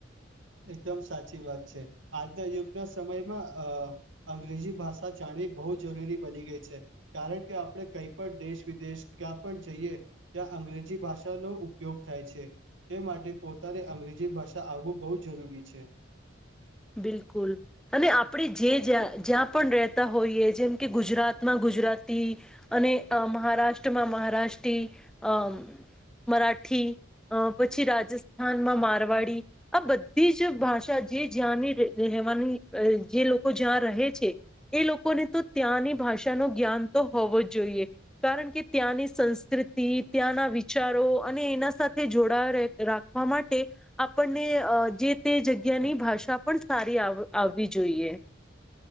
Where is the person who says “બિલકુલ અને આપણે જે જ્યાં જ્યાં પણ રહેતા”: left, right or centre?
Centre